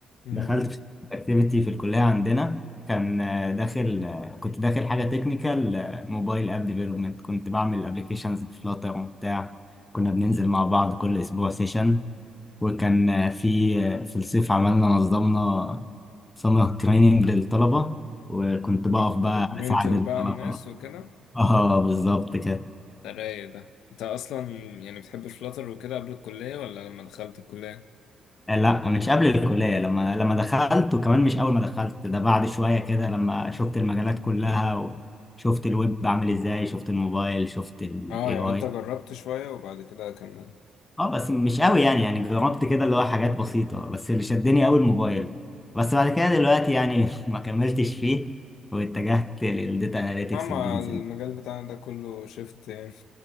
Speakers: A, on the left (about 85°); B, on the left (about 15°).
A: مم.
B: دخلت في أكتيفيتي في الكلية عندنا كان آه، داخل آه، كنت داخل حاجة تكنيكال موبايل اب ديفلوبمنت كنت بعمل ابلكيشنز بفلاتر وبتاع كنا بننزل مع بعض كل أسبوع سيشن وكان في في الصيف عملنا نظمنا سمر تريننج للطلبة وكنت بقف
A: كنت
B: بقى
A: بتمنتور
B: أساعد الطلبة
A: بقى الناس وكده؟
B: اه بالظبط كده
A: ده رايق ده أنت أصلا يعني بتحب فلاتر وكده قبل الكلية ولا لما دخلت الكلية؟
B: لا مش قبل الكلية لما لما دخلت وكمان مش أول ما دخلت ده بعد شوية كده لما شفت المجالات كلها وشفت الويب عامل ازاي شفت الموبايل شفت ال
A: اه
B: AI
A: يعني انت جربت شوية وبعد كده كملت
B: اه بس مش قوي يعني يعني جربت كده اللي هو حاجات بسيطة بس اللي شدني قوي الموبايل بس بعد كده دلوقتي يعني <laughs> ما كملتش فيه واتجهت للديتا اناليتكس
A: أما
B: والبيزنس
A: المجال
B: انت-
A: بتاعنا ده كله شفت يعني